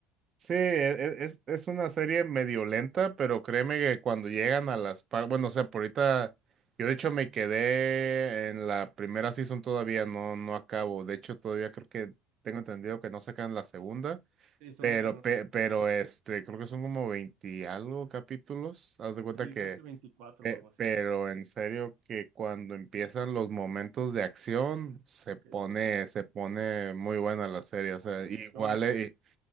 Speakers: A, on the right; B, on the right.
A: Sí, e- e- es, es una serie medio lenta, pero créeme que cuando llegan a las par, bueno, o sea, por ahorita, yo de hecho me quedé en la primera season todavía, no, no acabo. De hecho, todavía creo que tengo entendido que no sacan la segunda,
B: Sí, estoy
A: pero,
B: muy todavía
A: pe-
B: no sé la
A: pero
B: segunda.
A: este, creo que son como 20 y algo capítulos. Haz de cuenta
B: Sí,
A: que,
B: creo que 24,
A: pe-
B: o algo así.
A: pero en serio que cuando empiezan los momentos de acción, se
B: Ok,
A: pone,
B: ok.
A: se pone muy buena la serie. O sea,
B: Ah, muy
A: igual,
B: bien. Qué bueno que
A: eh,
B: me.